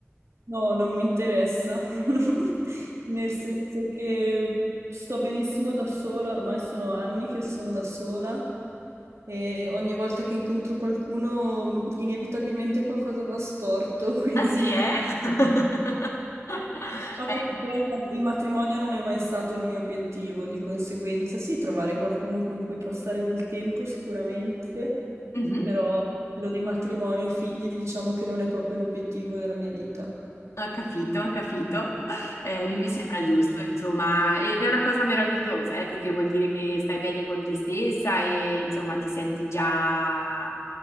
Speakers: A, on the right; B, on the left.
A: No, non mi interessa, <laughs> nel senso che sto benissimo da sola, ormai sono anni che sono da sola e ogni volta che incontro qualcuno mm, inevitabilmente qualcosa va storto, <laughs> quindi
B: Ah sì, eh? <laughs>
A: diciamo
B: Eh,
A: che poi il matrimonio non è mai stato il mio obiettivo, di conseguenza sì, trovare qualcuno con cui passare del tempo sicuramente,
B: mhm.
A: però quello di matrimonio e figli diciamo che non è proprio un obiettivo della mia vita.
B: Ho capito, ho capito. Eh, mi sembra giusto, insomma, ed è una cosa meravigliosa, eh, perché vuol dire che stai bene con te stessa e insomma ti senti già